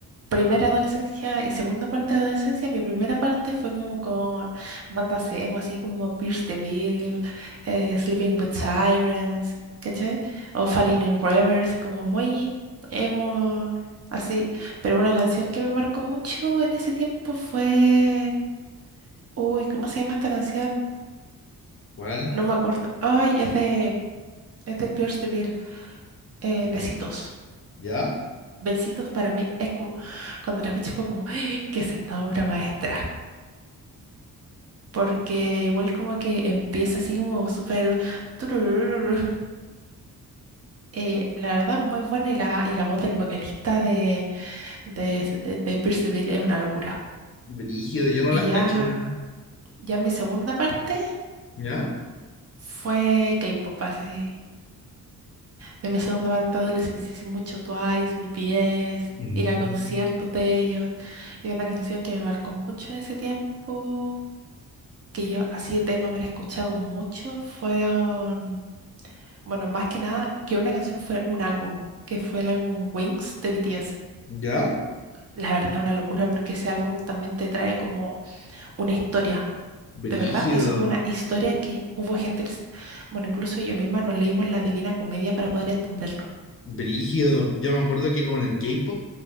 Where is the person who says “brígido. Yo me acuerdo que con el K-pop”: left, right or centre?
Left